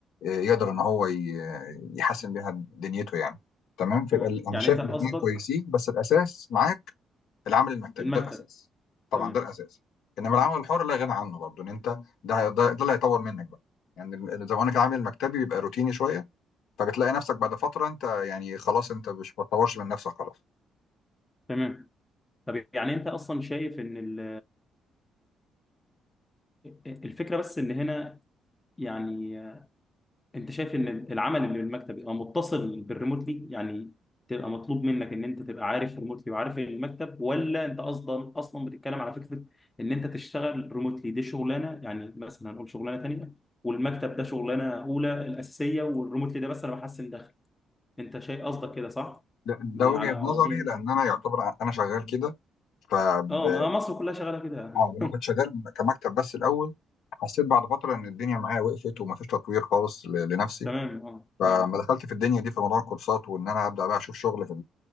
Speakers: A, on the left (about 75°); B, on the left (about 15°).
A: آه، يقدر ان هو ي- يحسن بيها دنيته يعني تمام فيبقى
B: تمام
A: ال- انا
B: يعني
A: شايف
B: انت قصدك
A: الاثنين كويسين بس الاساس معاك العمل المكتبي
B: المكتب
A: ده الاساس طبعا
B: تمام
A: ده الاساس انما العمل الحر لا غنى عنه برضه ان انت ده هي- ده, ده اللي هيطور منك بقى يعني ال- زي ما قلنا كده، العمل المكتبي بيبقى روتيني شويه فبتلاقي نفسك بعد فتره انت يعني خلاص انت مش بتطورش من نفسك خلاص
B: تمام طب يعني انت اصلا شايف ان ال- الفكره بس ان هنا يعني انت شايف ان العمل اللي بالمكتب يبقى متصل بالريموتلي يعني تبقى مطلوب منك ان انت تبقى عارف ريموتلي وعارف المكتب ولا انت اصلا اصلا بتتكلم على فكره ان انت تشتغل ريموتلي دي شغلانه يعني مثلا هنقول شغلانه تانيه والمكتب ده شغلانه اولى الاساسيه والريموتلي ده بس انا بحسن دخل انت شايف قصدك كده صح؟
A: ده,
B: زي
A: ده وجهه
B: على
A: نظري
B: ما اظن
A: لان انا يعتبر ع- انا شغال كده ف ب-
B: اه ما مصر كلها شغاله كده
A: آه، لما كنت شغال كمكتب بس الاول حسيت بعد فتره ان الدنيا معايا وقفت ومفيش تطوير خالص ل- لنفسي
B: <laughs> تمام اه
A: فما
B: مم.
A: دخلت في الدنيا دي في موضوع الكورسات وان انا ابدا بقى اشوف شغل في